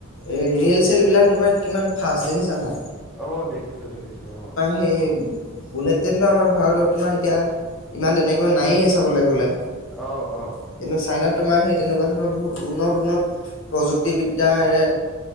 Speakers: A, on the left; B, in the centre.
A: এই ৰে'ল চেল বিলাক তোমাৰ কিমান ফাষ্ট দেখিছা না।
B: অ দেখিছো দেখিছো অ।
A: সেই বুলেট ট্ৰনতো আমাৰ ভাৰতত তোমাৰ এতিয়া ইমান তেনেকৈ নায়েই
B: অ', অ',
A: <unintelligible> কিন্তু চাইনাত তোমাৰ সেই তেনেকুৱা ধৰণৰ বহুত উন্নত উন্নত প্ৰযুক্তিবিদ্যাৰ।